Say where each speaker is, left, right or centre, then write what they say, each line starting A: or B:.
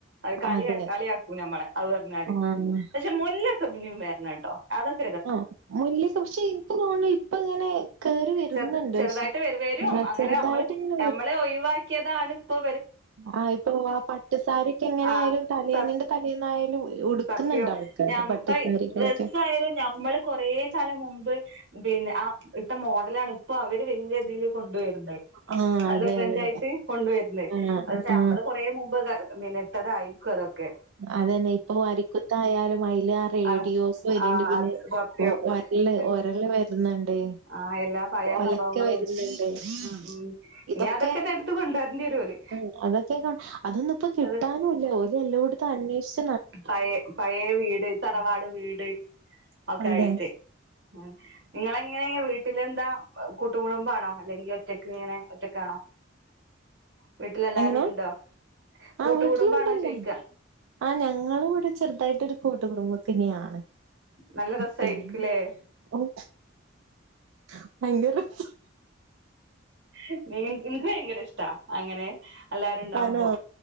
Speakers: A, on the right; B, on the right.
A: അത്
B: അതെ.
A: കളിയാക്കൂ നമ്മളെ അത് പറഞ്ഞാല്
B: ആഹ്
A: പക്ഷെ മുല്ലൊക്കെും പിന്നേം വരണം കേട്ടോ അതൊക്കെ
B: ആ മുല്ല ഒക്കെ കുറച്ച് എനിക്ക് തോന്നുന്നു ഇപ്പ ഇങ്ങനെ കേറി വരുന്നുണ്ട്
A: ചെറുത് ചെറുതായിട്ട് വരും
B: ആഹ്
A: അങ്ങനെ
B: ചെറുതായിട്ട് ഇങ്ങനെ
A: നമ്മള് ഒഴിവാക്കിയതാണ് ഇപ്പോ
B: ആ ഇപ്പൊ ആ പട്ടുസാരിക്ക് എങ്ങനെ
A: ആഹ്
B: ആയാലും തലേന്നിന്റെ
A: സ
B: തലേന്നായാലും ഉടുക്കുന്നുണ്ട്
A: സത്യം
B: ആൾക്കാര് പട്ടുസാരികളൊക്കെ.
A: ഇപ്പ ഡ്രസ്സ ആായാലും ഞമ്മള് കൊറ കാലം മുമ്പ് പിന്നെ ആ ഇട്ട മോഡലാണ് ഇപ്പൊ അവര് വലിയ രതിയിൽ കൊണ്ടുവരുന്നത്
B: ആ
A: നല്ല
B: അതെ
A: ട്രെൻഡ്
B: അതെ
A: ആയിട്ട് കൊണ്ടുവരുന്നത്
B: ആ
A: അത്
B: ആ
A: നമ്മള് കൊറ മുമ്പ് മിനിട്ടത ആയിരിക്കുതൊക്കെ
B: അതന്നെ ഇപ്പൊ വാരി കുത്തായാലും അതിൽ ആ റേഡിയോസ്
A: ആഹ്
B: വരുന്നുണ്ട്
A: ആഹ്
B: പിന്നെ
A: അത് സത്യം
B: ഒരല്
A: എൽ
B: ഒരല് വര്ന്ന്ണ്ട്
A: ആഹ് എല്ലാ പഴയ
B: ഒലക്ക
A: സംഭവങ്ങളും
B: വരുന്നുണ്ട് ആ
A: ഉം
B: ഇതൊക്കെ
A: ഇനി അതൊക്കെന്നെ എടുത്ത് കൊണ്ടുവരേണ്ടി വരും ഓല്
B: ആ അതൊക്കെന്നാ അതൊന്നു ഇപ്പോകിട്ടാനുംല്ല
A: അത്
B: ഓല് എല്ലോടത്തും അന്വേഷിച്
A: പയേ പയേ വീട് തറവാട് വീട് ഒക്കെ
B: അതെ
A: ആയിട്ട് ഉം നിങ്ങളെ നിങ്ങള ങ്ങനെ വീട്ടിലെന്താ കൂട്ട കുടുംബാണോ അല്ലെങ്കിൽ ഒറ്റയ്ക്ക ഇങ്ങനെ ഒറ്റക്കാണോ വീട്ടിലെല്ലാരുംണ്ടോ
B: എങ്ങനെ
A: കൂട്ടുകൂടുമ്പാണോ
B: ആ വീട്ടിലുണ്ടല്ലോ
A: ചോദിക്ക
B: ആ ഞങ്ങൾ ഇവിടെ ചെറുതായിട്ട് ഒരു കൂട്ട് കുടുംബം തനെയാണ്
A: നല്ല രസായിരിക്കുംല്ലേ
B: പിന്നെ ഓ <unintelligible>
A: <unintelligible> എനിക്ക് ഭയങ്കര ഇഷ്ടാ അങ്ങനെ എല്ലാരും ഉണ്ടാവുമ്പോ
B: ആണോ